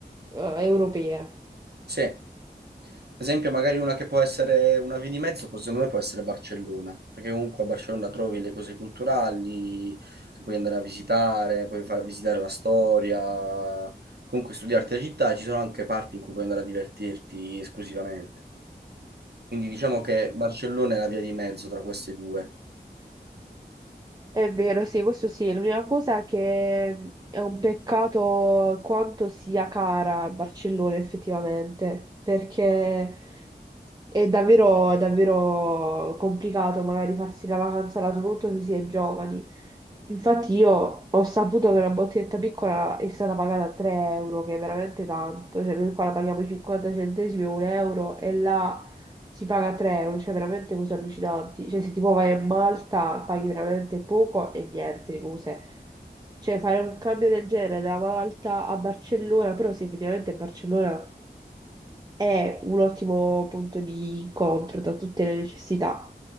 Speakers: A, on the right; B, on the right.
A: eh, europee.
B: sì. Esempio, magari una che può essere una via di mezzo, poi secondo me può essere Barcellona, perché comunque a Barcellona trovi le cose culturali che puoi andare a visitare, puoi far visitare la storia, comunque studiarti la città, ci sono anche parti in cui puoi andare a divertirti esclusivamente. Quindi diciamo che Barcellona è la via di mezzo tra queste due.
A: È vero, sì, questo sì. L'unica cosa è che è un peccato quanto sia cara Barcellona effettivamente, perché è davvero, è davvero complicato magari farsi la vacanza là, soprattutto se si è giovani. Infatti io ho saputo che una bottiglietta piccola è stata pagata a 3 euro, che è veramente tanto, cioè noi qua la paghiamo 50 centesimi o un euro e là si paga 3 euro, cioè veramente cose allucinanti. Cioè, se tipo vai a Malta, paghi veramente poco e niente di cose. Cioè, fare un cambio del genere da Malta a Barcellona, però sì, effettivamente Barcellona è un ottimo punto di incontro da tutte le necessità.